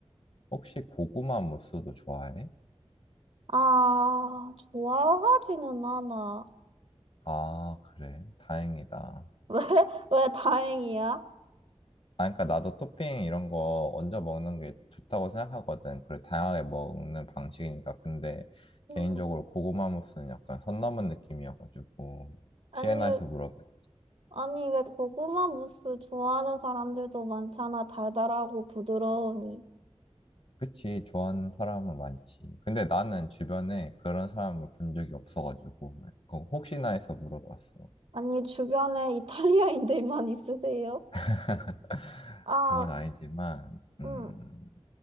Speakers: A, on the left; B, on the right.
A: 혹시 고구마 무스도 좋아해?
B: 아, 좋아하지는 않아.
A: 아, 그래. 다행이다.
B: <laughs> 왜? 왜 다행이야?
A: 아, 그러니까 나도 토핑 이런 거 얹어 먹는 게 좋다고 생각하거든. 그래, 다양하게 먹는 방식이니까. 근데
B: 음.
A: 개인적으로 고구마 무스는 약간 선 넘은 느낌이어가지고 혹시나
B: 아니,
A: 해서 물어봤지.
B: 아니, 왜 고구마 무스 좋아하는 사람들도 많잖아. 달달하고 부드러우니.
A: 그치, 좋아하는 사람은 많지. 근데 나는 주변에 그런 사람을 본 적이 없어가지고 그거 혹시나 해서 물어봤어.
B: 아니, 주변에 이탈리아인들만 있으세요?
A: <laughs>
B: 아,
A: 그건 아니지만, 음,
B: 응.